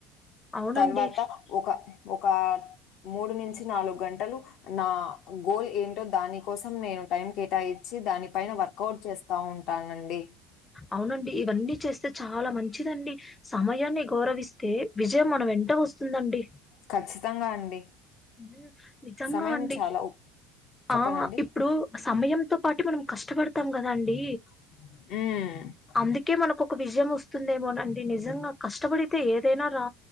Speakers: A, on the left; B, on the left.
A: అవునండి
B: తర్వాత ఒక ఒకా మూడు నుంచి నాలుగు గంటలు నా గోల్ ఏంటో దాని కోసం నేను టైం కేటాయించి దానిపైన వర్కౌట్ చేస్ తా ఉంటానండి
A: అవునండి ఇవన్నీ చేస్తే చాలా మంచిదండి సమయాన్ని గౌరవిస్తే విజయం మన వెంట వస్తుందండి
B: ఖచ్చితంగా అండి
A: ఉమ్ నిజంగా
B: సమయం
A: అండి
B: చాలా ఉ చెప్పనండి
A: ఆ ఇప్ ప్పుడు సమయంతో పాటె మనం కష్టపడతాం కదా అండి
B: ఉమ్
A: అందుకే మనకు ఒక విజయం వస్తుందేమోనండి నిజంగా కష్టపడితే ఏదైనా రా